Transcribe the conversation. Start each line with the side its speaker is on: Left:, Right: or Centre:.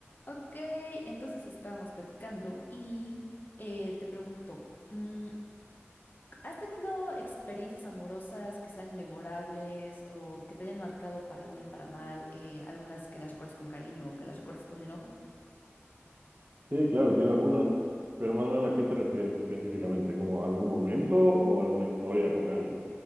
Left: Ok, entonces estábamos platicando y eh, te pregunto, mm, ¿has tenido experiencias amorosas que sean memorables o que te hayan marcado para bien, para mal, eh, algunas que las recuerdes con cariño o que las recuerdes con enojo?
Right: Sí, claro, tiene algunas, pero más o menos a qué te refieres específicamente, como algún momento o alguna historia con alguien.